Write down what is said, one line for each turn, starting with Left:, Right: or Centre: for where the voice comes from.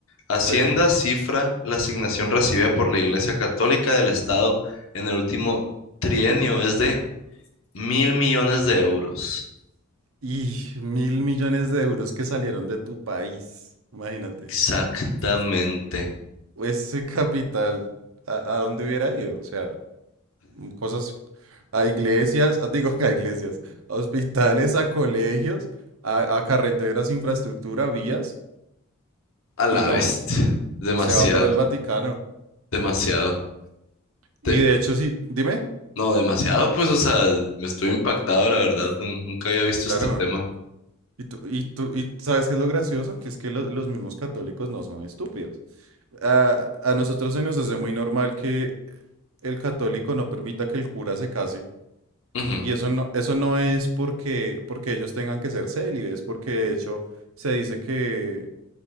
Left: Hacienda
Right: sí.
Left: cifra la asignación recibida por la Iglesia Católica del Estado en el último trienio es de mil millones de euros.
Right: Y mil millones de euros que salieron de tu país, imagínate.
Left: Exactamente.
Right: Ese capital, ¿a, a dónde hubiera ido? O sea, mm, cosas a iglesias, ah, digo, <laughs> a iglesias, a hospitales, a colegios, a, a carreteras, infraestructura, vías,
Left: A la
Right: y no,
Left: bestia. Demasiado,
Right: se va para el Vaticano.
Left: demasiado. Te-
Right: Y de hecho, sí, dime,
Left: no, demasiado, pues, o sea, me estoy impactado, la verdad. nu- Nunca había visto
Right: claro.
Left: este tema.
Right: Y tú, y tú, y ¿sabes qué es lo gracioso? Que es que lo- los mismos católicos no son estúpidos. A, a nosotros se nos hace muy normal que el católico no permita que el cura se case.
Left: Ujú,
Right: Y eso no, eso no es porque, porque ellos tengan que ser célibes, porque de hecho se dice que,